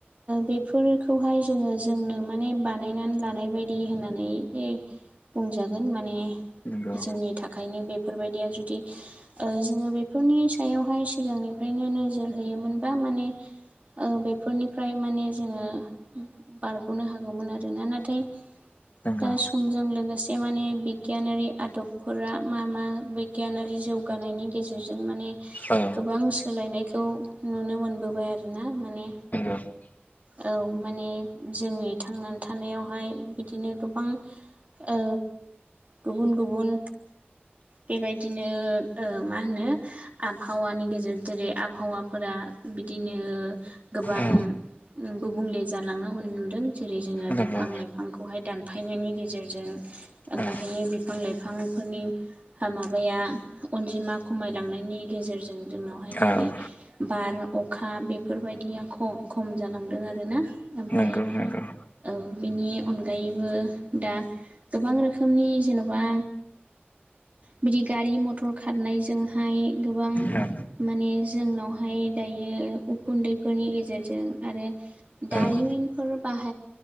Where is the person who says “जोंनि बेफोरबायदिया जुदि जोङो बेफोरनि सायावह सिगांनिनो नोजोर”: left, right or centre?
Right